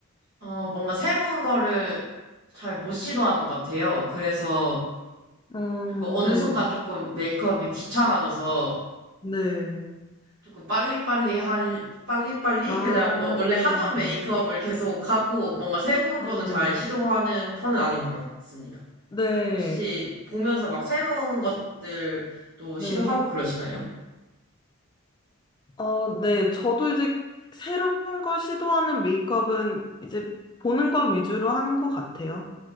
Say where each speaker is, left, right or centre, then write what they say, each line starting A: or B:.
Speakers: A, on the right; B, on the left.
A: 어, 뭔가 새로운 거를 잘 못 시도하는 것 같아요. 그래서,
B: 어,
A: 그리고 어느
B: 네,
A: 순간 조금 메이크업이 귀찮아져서,
B: 네,
A: 조금 빨리빨리 할, 빨리빨리?
B: 아,
A: 그냥 워- 원래 하던
B: 네, 네,
A: 메이크업을
B: 네,
A: 계속 하고, 뭔가 새로운
B: 아,
A: 거는
B: 네,
A: 잘 시도하는 편은 아닌 것 같습니다.
B: 네,
A: 혹시 보면서 막 새로운 것들도
B: 네,
A: 시도하고 그러시나요?
B: 어, 네, 저도 이제 새로운 걸 시도하는 메이크업은 이제 보는 걸 위주로 하는 것 같아요.